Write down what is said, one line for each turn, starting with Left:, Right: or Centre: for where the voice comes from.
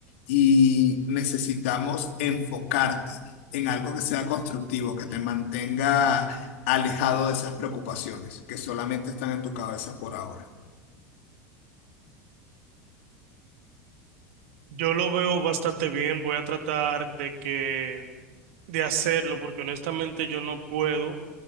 Left: y necesitamos enfocarte en algo que sea constructivo, que te mantenga alejado de esas preocupaciones que solamente están en tu cabeza por ahora.
Right: Yo lo veo bastante bien, voy a tratar de que de hacerlo porque honestamente yo no puedo.